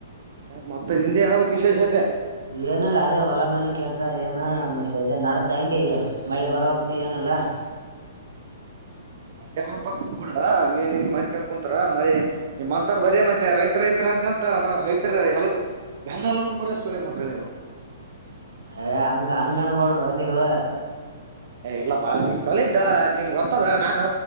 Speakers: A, on the right (about 55°); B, on the right (about 80°).
A: ಮತ್ತ ಮತ್ತೆ ನಿಂದೆ ಹೇಳಕ್ ವಿಶೇಷತೆ
B: ಏನಲ್ಲ ಅದೇ ಹೊಲ ಮನೆ ಕೆಲ್ಸ ಏನು ಮತ್ತೆ ಇದೇ ನಡದ್ದ ಹಂಗೆ ಮಳಿ ಬರೋವಲ ಏನಲ್ಲ ಅಲ್ಲ
A: ಮರಾವ ಬರ್ತದ ಕೂಡ ನೀನ್ ಹಂಗ ಮಾಡ್ಕೊಂಡ ಕುಂತರ ಮಳಿ ನಿಮ್ ಅಂತಾರ ಬರೇ ಮತ್ತೆ ರೈತ ರೈತ್ರ ಕಂತ ನ ರೈತರ ಎಲ್ಲೂ ಬೆನ್ನಲುಗು ಮುರಿ ಸಳಿ ಮಕ್ಕಳ ನಿವ್
B: ಏ ಹಂಗ ಹಂಗನ್ಬಡ್ರ ನೀವು
A: ಏ ಇಲ್ಲಪ್ಪಾ ನೀ ಚಲೋದ್ದ ನೀನ್ ಗೊತ್ತ ದ ನಾನು